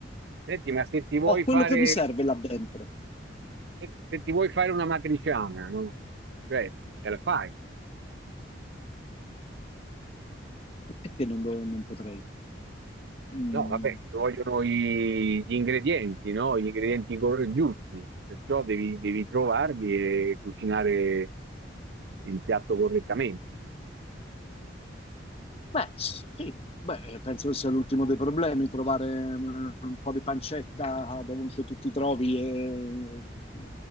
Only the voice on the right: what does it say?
Senti, ma se ti vuoi
fare
se, se ti vuoi fare una matriciana, no? Cioè, te la fai.
No, vabbè, ci vogliono i- gli ingredienti, no? Gli ingredienti cor- giusti, perciò devi, devi trovarli e cucinare il piatto correttamente.